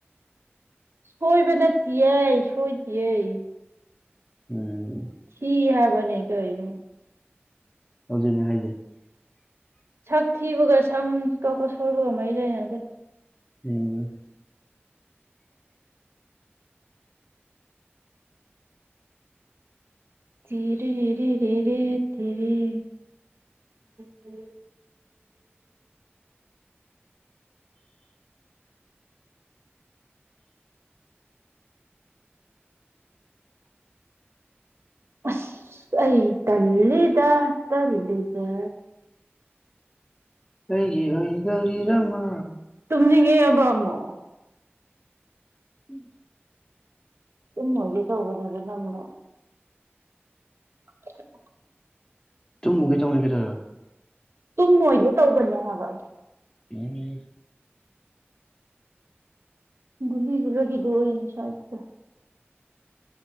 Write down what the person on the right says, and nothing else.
ꯁꯣꯏꯕ ꯅꯠꯇ ꯁꯣꯏꯗꯤꯩ
ꯁꯤ ꯍꯥꯏꯕꯅꯤ ꯀꯅ
ꯁꯛ ꯊꯤꯕꯒ ꯁꯝ ꯀꯛꯄ ꯁꯣꯏꯕꯒ ꯃꯔꯤ ꯂꯩꯅꯗꯦ
ꯇꯔꯤꯔꯦ ꯇꯔꯦ <inaudible> ꯑꯁ ꯑꯩ ꯇꯂ ꯏꯗ ꯇꯂꯗ
ꯇꯨꯝꯅꯤꯡꯉꯦ ꯑꯕꯃꯣ
ꯇꯨꯝꯃꯒꯦ ꯇꯧꯕꯅꯦꯕ ꯅꯪꯅ <unintelligible>
ꯇꯨꯝꯃꯣꯏꯒꯦ ꯇꯧꯕꯅꯦ ꯍꯥꯏꯕ
ꯨꯂꯤꯒꯂꯣ ꯍꯗꯅꯦ ꯁꯥꯥꯁꯤꯗ